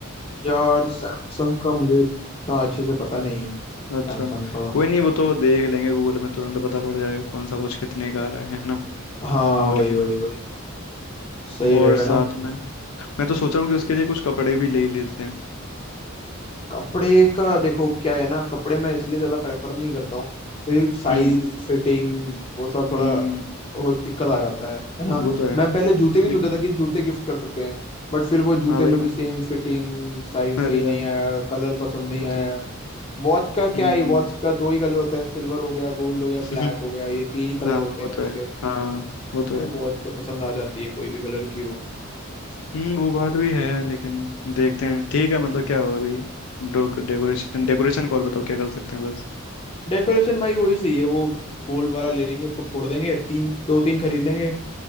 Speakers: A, on the left (about 25°); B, on the left (about 80°).
A: यार सैमसंग का मुझे इतना अच्छे से पता नहीं है सैमसंग
B: अच्छा
A: का
B: कोई नहीं वो तो देख लेंगे गूगल में तुरंत पता पड़ जाएगा कौन सा वॉच कितने का आ रहा है है ना
A: हाँ
B: और
A: वही
B: क्या
A: वही
B: है?
A: वही सही
B: और
A: रहेगा
B: साथ
A: ना
B: में मैं तो सोच रहा हूँ कि उसके लिए कुछ कपड़े भी ले ही लेते हैं
A: कपड़े का देखो क्या है ना कपड़े मैं इसलिए ज्यादा प्रेफर नहीं करता हूँ क्योंकि साइज
B: हम्म
A: फिटिंग वो सब
B: हम्म
A: थोड़ा वो दिक्कत आ जाता है है ना
B: वो तो है
A: मैं पहले जूते भी
B: देख
A: सोचा था कि जूते गिफ्ट कर सकते हैं बट फिर वो जूते
B: हाँ भाई
A: में भी
B: मैं
A: सेम फिटिंग साइज
B: अरे
A: सही नहीं
B: यार
A: आया कलर पसंद नहीं
B: वो
A: आया
B: तो है
A: वॉच का क्या
B: हम्म
A: है वॉच का दो ही कलर होता है सिल्वर हो गया गोल्ड हो गया
B: <laughs>
A: ब्लैक हो गया ये तीन ही कलर
B: हाँ
A: होते
B: वो
A: हैं उसके
B: तो है हाँ वो तो
A: तो
B: है
A: वॉच तो पसंद आ जाती है कोई भी कलर की हो
B: हम्म वो बात भी है लेकिन देखते हैं ठीक है मतलब क्या होगा भाई डोक डेकोरेशन डेकोरेशन को और बताओ क्या कर सकते हैं बस
A: डेकोरेशन भाई वही सही है वो गोल वाला ले लेंगे उसको फोड़ देंगे तीन दो तीन खरीद लेंगे